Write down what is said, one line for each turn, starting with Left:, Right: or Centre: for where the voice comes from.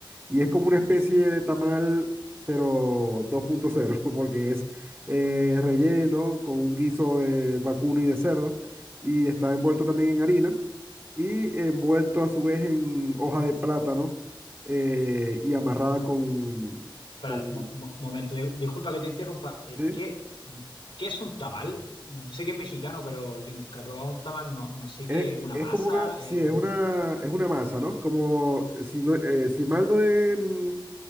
Right: y es como una especie de tamal, pero dos punto cero <laughs> porque es eh, relleno con un guiso de vacuno y de cerdo y está envuelto también en harina y envuelto a su vez en hoja de plátano eh, y amarrada con,
Left: Espera,
Right: con,
Left: mo- mo- momento, di- disculpa que te interrumpa. eh,
Right: ¿sí?
Left: ¿Qué, qué es un tamal? Mm, Sé que es mexicano, pero yo nunca he probado un tamal. No, no sé
Right: Es,
Left: qué es una
Right: es
Left: masa,
Right: como una, sí,
Left: es un...
Right: es una, es una masa, ¿no? Como, si, no- eh, si mal no he, mm,